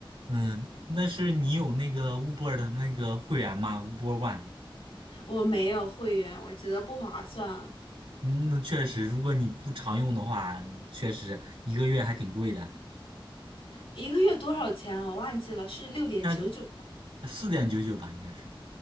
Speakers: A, on the right; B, on the left.
A: 嗯，那是你有那个 Uber 的那个会员吗？Uber One。
B: 我没有会员，我觉得不划算。
A: 嗯，那确实，如果你不常用的话，确实一个月还挺贵的，
B: 一个月多少钱？我忘记了，是六点九九
A: 那呃四点九九吧，应该是。